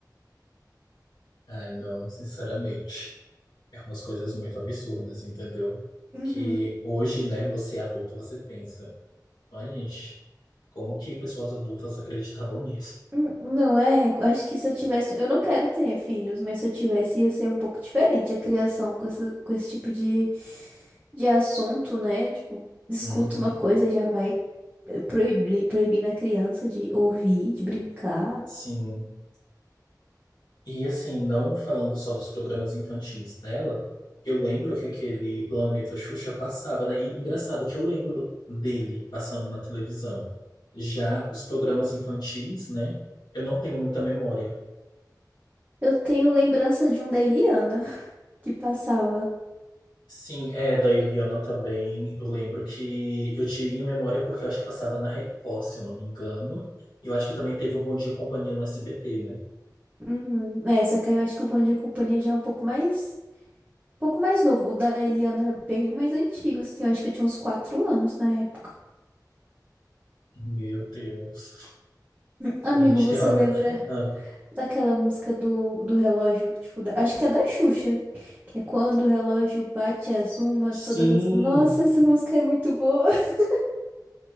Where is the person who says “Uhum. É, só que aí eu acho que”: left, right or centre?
Right